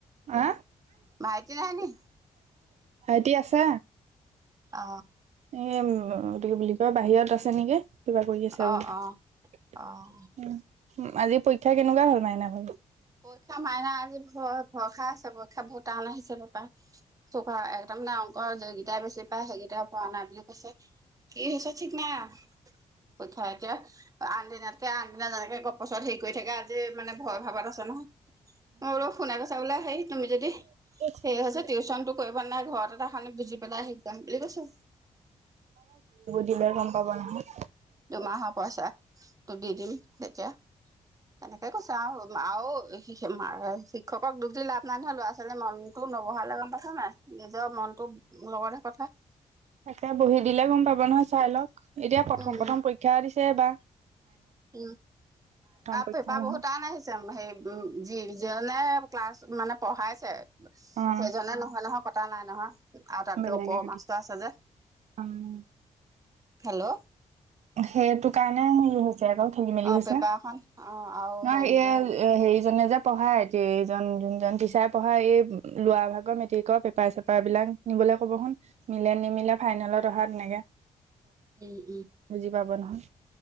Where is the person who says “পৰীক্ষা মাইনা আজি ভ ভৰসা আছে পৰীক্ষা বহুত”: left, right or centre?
Right